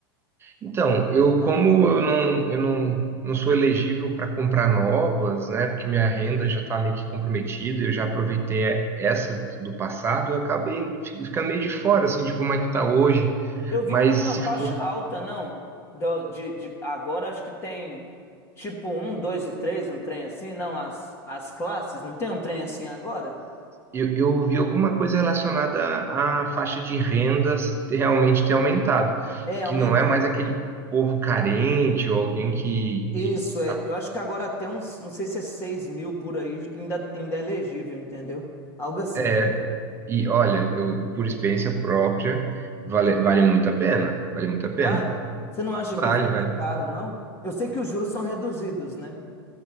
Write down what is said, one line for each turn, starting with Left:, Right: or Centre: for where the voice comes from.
Right: Então, eu como eu não, eu não, não sou elegível para comprar novas, né? Porque minha renda já tá meio que comprometida, eu já aproveitei essa do passado, eu acabei fi- ficando meio de fora, assim, de como é que tá hoje.
Left: Eu vi
Right: Mas
Left: que tá uma
Right: se
Left: faixa
Right: for
Left: alta, não? Do- de, de- agora acho que tem tipo um, dois e três, um trem assim, não? As, as classes, não tem um trem assim agora?
Right: Eu, eu ouvi alguma coisa relacionada à faixa de rendas ter- realmente ter aumentado,
Left: É, aumentou.
Right: que não é mais aquele povo carente ou alguém que,
Left: Isso,
Right: que
Left: é.
Right: tá,
Left: Eu acho que agora até uns, não sei se é 6 mil por aí, ainda, ainda é elegível, entendeu? Algo assim.
Right: é, e olha, eu, por experiência própria, vale, vale muito a pena, vale muito a
Left: Vale?
Right: pena.
Left: Você não acha
Right: Vale,
Left: que fica
Right: vale.
Left: caro, não? Eu sei que os juros são reduzidos, né?